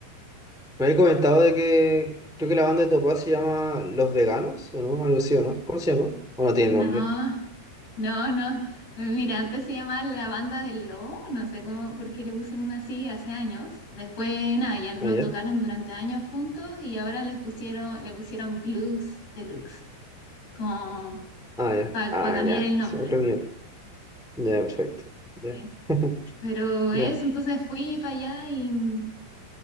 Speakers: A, in the centre; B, on the left.
A: me había comentado de que creo que la banda de Topaz se llama Los Veganos, ¿o no? Algo así, ¿o no? ¿Cómo se llama? ¿O no tiene
B: No,
A: nombre?
B: No, no. Mira, antes se llamaba la banda del lobo, no sé cómo, por qué le pusieron así hace años. Después, nada, ya no
A: Ah, ya.
B: tocaron durante años juntos y ahora les pusieron, le pusieron Blues Deluxe, como
A: Ah, ya.
B: para
A: Ah,
B: cambiar
A: ya.
B: el nombre
A: Sí, otro
B: nomás.
A: nivel. Ya, perfecto. Ya.
B: sí.
A: <laughs>
B: Pero eso,
A: Ya.
B: entonces fui para allá y, mm,